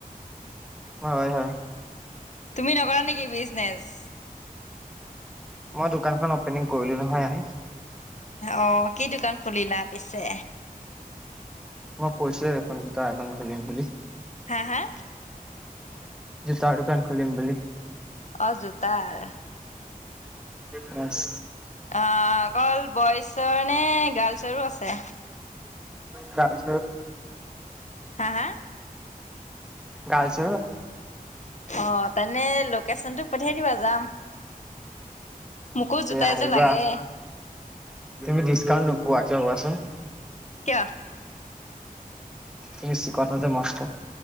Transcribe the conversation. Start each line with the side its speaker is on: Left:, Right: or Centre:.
Centre: হয় হয়
Left: তুমি নকৰা নেকি বিজনেছ
Centre: মই দোকানখন অপেনিং কৰিলো নহয় আই
Left: আঊহ কি দোকান খুলিলা পিছে
Centre: মই কৈছিলো দেখোন জৌটা দোকান খুলিম বুলি
Left: হা হা
Centre: জোতাৰ দোকান খুলিম বুলি
Left: অ জোতাৰ
Centre: বছ
Left: অ' অকল বইজৰ নে গাৰ্লছৰো আছে
Centre: কাজ
Left: হা, হা?
Centre: গাজ
Left: অহ তেনে লোকেচনটো পঠিয়াই দিবা, যাম।
Centre: অ
Left: মোকো
Centre: তে
Left: জোতা এযোৰ
Centre: আহিবা।
Left: লাগে।
Centre: তুমি ডিছকাউণ্ট নোপোৱা, কিয় কোৱাচোন?
Left: কিয়?
Centre: তুমি ছিকটা যে মস্ত।